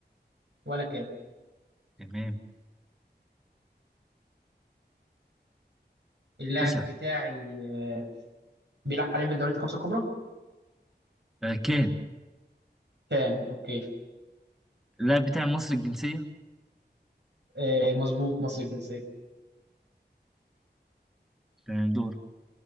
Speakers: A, on the right; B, in the centre.
A: ولا كان
B: تمام
A: اللاعب
B: اسأل
A: بتاعي آه، بيلعب حاليا في الدوريات الخمسة الكبرى
B: آه، كان
A: كان اوكي
B: اللاعب بتاعي مصري الجنسية
A: آه مظبوط مصري الجنسية
B: تمام، دور